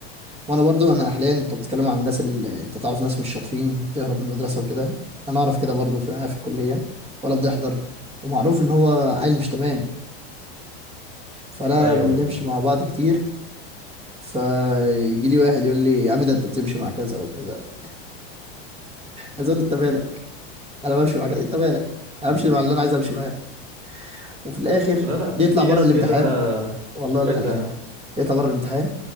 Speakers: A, on the right; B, on the right.
A: وانا برضو انا حاليا انت بتتكلم عن الناس اللي انت تعرف ناس مش شاطرين بتهرب من المدرسه وكده انا اعرف كده برضو في في الكليه ولا بنحضر ومعروف ان هو عيل مش تمام فانا
B: ايوه
A: بنمشي
B: ايوه
A: مع بعض كتير فيجي لي واحد يقول لي يا عم ده انت بتمشي مع كذا او كذا عايز اقول له انت مالك انا بمشي مع كذا انت مالك انا
B: <laughs>
A: بمشي مع اللي انا عايز امشي معاه وفي الاخر
B: لا لا في,
A: يطلع
B: في
A: بره
B: ناس
A: الامتحان
B: كده <laughs>
A: والله
B: مش
A: اقول
B: كويسه
A: لك على حاجه
B: يعني
A: يطلع بره الامتحان